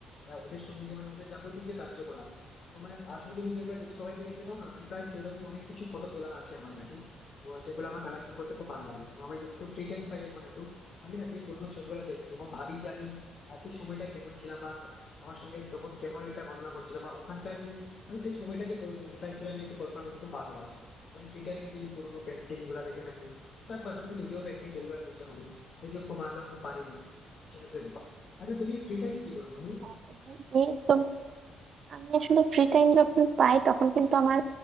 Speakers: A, on the left; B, on the right.
A: আহ, ওদের সঙ্গে মানে ওদের যাবতীয় যে কার্যকলাপ তো মানে আসলে তুমি যেগুলো ডিসকভারিতে দেখতে পাও না আমি প্রায় সেরকম অনেক কিছু ফটো তোলা আছে আমার কাছে তো সেগুলো আমার কালেকশন করতে খুব ভালো লাগে আমি যতটুকু ফ্রি টাইম পাই এখন একটু আমি না সেই পুরোনো ছবিগুলো দেখি এবং ভাবি যে আমি আহ, সেই সময়টা কেমন ছিলাম বা আমার সঙ্গে তখন কেমন একটা ঘটনা ঘটছিল বা ওখানকার যে মানে সেই সময়টা যে পরিস্থিতি সেটা অ্যাকচুয়ালি আমি একটু কল্পনা করতে খুব ভালোবাসি আমি ফ্রি টাইমে সেই পুরোনো পেন্টিং গুলা দেখে থাকি তার পাশাপাশি নিজেও পেন্টিং তৈরি করার চেষ্টা করি যদিও খুব ভালো পারি না সেটা জন্য আচ্ছা তুমি ফ্রি টাইমে কি করো বন্ধু
B: হ্যাঁ, এবং এই তোমার আমি আসলে ফ্রি টাইম যখন পাই তখন কিন্তু আমার